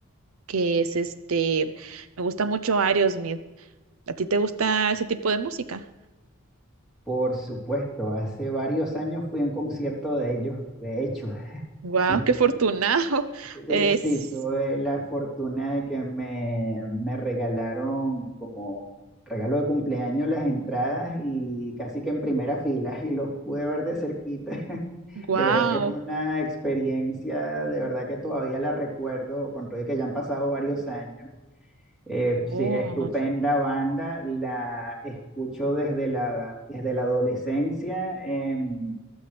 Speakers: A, on the right; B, in the centre.
A: que es este, me gusta mucho Aerosmith. ¿A ti te gusta ese tipo de música?
B: Por supuesto, hace varios años fui a un concierto de ellos, de hecho, <laughs>
A: Wow,
B: sí.
A: qué afortunado. <laughs>
B: Eh,
A: Es
B: Sí, tuve la fortuna de que me, me regalaron como regalo de cumpleaños las entradas y casi que en primera fila y los pude ver de cerquita. <laughs>
A: wow.
B: De verdad que fue una experiencia, de verdad que todavía la recuerdo, con todo y que ya han pasado varios años. Eh, sí,
A: Oh,
B: estupenda banda, la escucho desde la, desde la adolescencia. em,